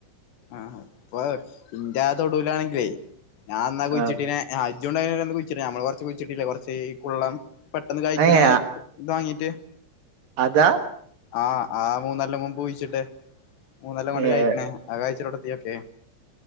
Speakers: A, on the left; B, on the right.
A: ആഹ് ഇപ്പൊ ഇന്റാ തൊടുവിലാണെങ്കിലേ ഞാഅന്നാ കുഴിച്ചിട്ടിനെ
B: ആഹ്
A: ആഹ് ഇജ്ജുൻണ്ടേയ്നല്ലോ കുഴിച്ചിടാൻ നമ്മള് കുറച്ച് കുഴിച്ചിട്ടില്ലേ കുറച്ച് കുള്ളം പെട്ടെന്ന് കഴിക്കണേ
B: ഏഹ്
A: ന്താങ്ങീറ്റ്
B: അതാ
A: ആഹ് ആ മൂന്നൊല്ലം മുൻപ് കുഴിച്ചിട്ടെ. മൂന്നൊല്ലം കൊണ്ട്
B: ഏഹ്
A: കയ്ക്കണേ ആ കഴിച്ചിലൊടത്തിയ ഒക്കെ